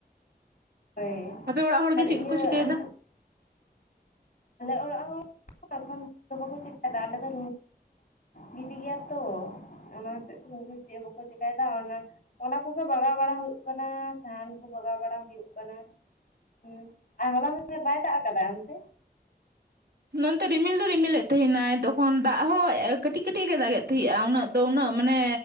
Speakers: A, on the left; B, on the right.
A: ᱦᱳᱭ
B: ᱟᱯᱮ ᱚᱲᱟᱜ ᱦᱚᱲ
A: ᱟᱨ
B: ᱜᱮ ᱪᱮᱫ
A: ᱤᱭᱟᱹ
B: ᱠᱚᱠᱚ ᱪᱤᱠᱟᱹᱭᱮᱫᱟ
A: ᱟᱢ ᱟᱞᱮ ᱚᱲᱟᱜ ᱦᱚᱸ <inaudible> <unintelligible> ᱟᱞᱮ ᱫᱚ ᱨᱩ ᱜᱤᱰᱤ ᱜᱮᱭᱟ ᱛᱚ ᱚᱱᱟ ᱦᱚᱛᱮᱫ ᱛᱮ ᱩᱱᱠᱩ ᱪᱮᱫ ᱦᱚᱸ ᱵᱟᱠᱚ ᱪᱮᱠᱟᱭ ᱵᱟ ᱚᱱᱟ ᱠᱚᱜᱮ ᱵᱟᱜᱟᱣ ᱵᱟᱲᱟ ᱦᱩᱭᱩᱜ ᱠᱟᱱᱟ ᱥᱟᱦᱟᱱ ᱠᱚ ᱵᱟᱜᱟᱣ ᱵᱟᱲᱟ ᱦᱩᱭᱩᱜ ᱠᱟᱱᱟ᱾ ᱦᱮᱸ ᱟᱨ ᱦᱚᱞᱟ <unintelligible> ᱵᱟᱭ ᱫᱟᱜ ᱠᱟᱫᱟ ᱚᱱᱛᱮ?
B: ᱱᱚᱱᱛᱮ ᱨᱤᱢᱤᱞ ᱫᱚ ᱨᱤᱢᱤᱞᱮᱫ ᱛᱟᱦᱮᱱᱟᱭ ᱛᱚᱠᱷᱚᱱ ᱫᱟᱜ ᱦᱚᱸ ᱠᱟᱹᱴᱤᱡ ᱠᱟᱹᱴᱤᱡ ᱫᱟᱜ ᱮ ᱛᱟᱦᱮᱸᱜᱼᱟ ᱩᱱᱟᱹᱜ ᱫᱚ ᱩᱱᱟᱹᱜ ᱢᱟᱱᱮ